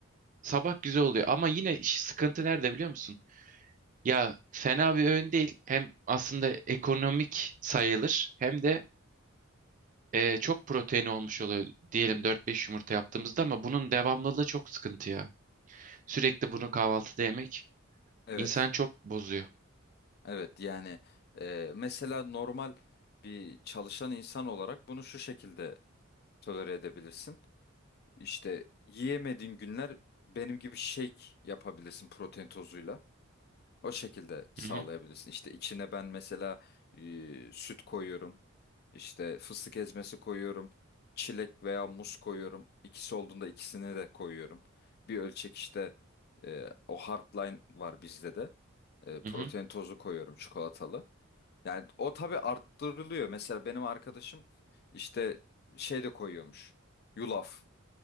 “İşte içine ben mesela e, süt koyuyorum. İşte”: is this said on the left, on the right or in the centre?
Left